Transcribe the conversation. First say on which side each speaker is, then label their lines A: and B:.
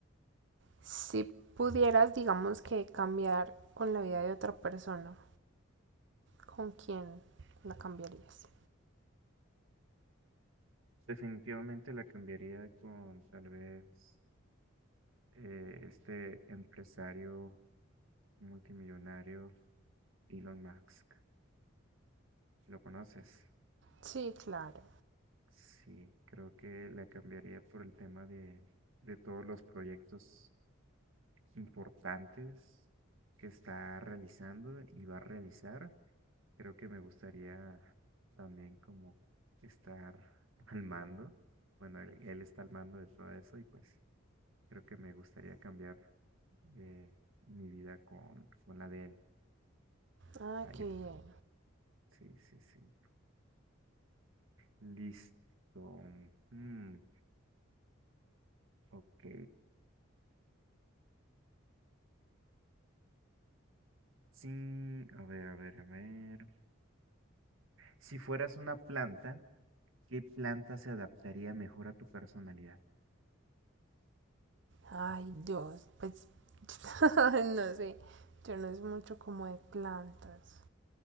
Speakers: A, on the right (about 60°); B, on the right (about 75°).
A: si pudieras, digamos que cambiar con la vida de otra persona, ¿con quién la cambiarías?
B: Definitivamente la cambiaría con tal vez. eh, este empresario multimillonario Elon Musk. ¿Lo conoces?
A: Sí, claro.
B: Sí, creo que la cambiaría por el tema de, de todos los proyectos importantes que está realizando y va a realizar. Creo que me gustaría también como estar <laughs> al mando. Bueno, él, él está al mando de todo eso y pues creo que me gustaría cambiar eh, mi vida con, con la de él.
A: Ah,
B: Ahí
A: qué bien.
B: Sí, sí, sí. Listo. Hmm, ok. Sí, a ver, a ver, a ver. Si fueras una planta, ¿qué planta se adaptaría mejor a tu personalidad?
A: Ay, Dios, pues <laughs> no sé, yo no es mucho como de plantas,